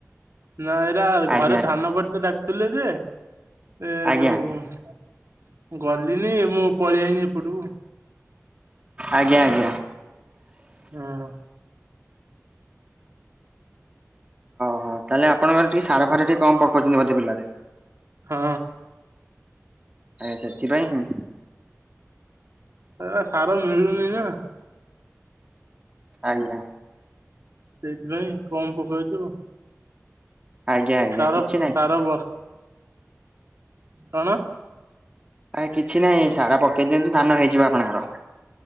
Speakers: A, on the right; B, on the right.
A: ନା ଏଇରା
B: ଆଜ୍ଞା
A: ଘରେ ଧାନ କଟିତେ ଡାକୁଥିଲେ ଯେ ଏ
B: ଆଜ୍ଞା
A: ଯୋଉ ଗଲିନି ମୁଁ ପଳେଇ ଆଇନି ଏପଟକୁ।
B: ଆଜ୍ଞା ଆଜ୍ଞା।
A: ହଁ।
B: ହଁ ତାହେଲେ ଆପଣଙ୍କର ଟିକେ ସାର ଫାର ଟିକେ କମ ପକଉଛନ୍ତି ବୋଧେ ବିଲରେ।
A: ହଁ।
B: ଆଜ୍ଞା ସେଥିପାଇଁ।
A: ସେରା ସାର ମିଳୁନି ନା।
B: ଆଜ୍ଞା।
A: ସେଇଥିପାଇଁ କମ ପକେଇଛୁ।
B: ଆଜ୍ଞା ଆଜ୍ଞା
A: ସାର
B: କିଛି ନାହିଁ
A: ସାର ବସ୍ କଣ?
B: ଆ କିଛି ନାହିଁ ସାରା ପକେଇ ଦିଅନ୍ତୁ ଧାନ ହେଇଯିବ ଆପଣଙ୍କର।